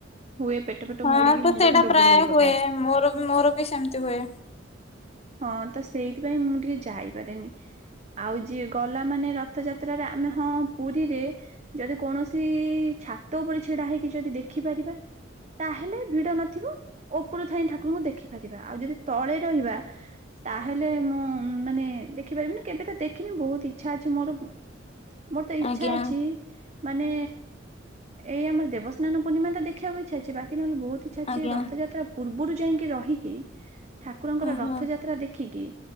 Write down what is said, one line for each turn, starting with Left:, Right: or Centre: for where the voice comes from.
Right: ହୁଏ ପେଟ ପେଟ
Left: ହଁ
Right: ମୋଡିକି
Left: ତ
Right: ମୁଣ୍ଡ
Left: ସେଇଟା
Right: ଫୁଣ୍ଡ
Left: ପ୍ରାୟ
Right: ବୁଲେଇ ପକାଏ।
Left: ହୁଏ ମୋର ମୋର ବି ସେମିତି ହୁଏ।
Right: ହଁ ତ ସେଇଥିପାଇଁ ମୁଁ ଟିକେ ଯାଇପାରେନି। ଆଉ ଯିଏ ଗଲା ମାନେ ରଥଯାତ୍ରାରେ ଆମେ ହଁ ପୁରୀରେ ଯଦି କୌଣସି ଛାତ ଉପରେ ଛିଡା ହେଇକି ଯଦି ଦେଖିପାରିବା ତାହେଲେ ଭିଡ ନଥିବ ଉପରୁ ଥାଇ ଠାକୁରଙ୍କୁ ଦେଖିପାରିବା ଆଉ ଯଦି ତଳେ ରହିବା ତାହେଲେ ମୁଁ ମାନେ ଦେଖିପାରିବି ନା କେବେ ତ ଦେଖିନି ବହୁତ ଇଛା ଅଛି ମୋର। ମୋର ତ ଇଚ୍ଛା
Left: ଆଜ୍ଞା
Right: ଅଛି ମାନେ ଏଇ ଆମର ଦେବସ୍ନାନ ପୂ୍ଣ୍ଣି ପୂର୍ଣ୍ଣିମା ତ ଦେଖିବାକୁ ଇଛା ଅଛି ବାକି ନହେଲେ ବହୁତଇଛା ଅଛି
Left: ଆଜ୍ଞା
Right: ଯେ ରଥଯାତ୍ରା ପୂର୍ବରୁ ଯାଇକି ରହିକି ଠାକୁରଙ୍କର
Left: ଓହୋ
Right: ରଥଯାତ୍ରା ଦେଖିକି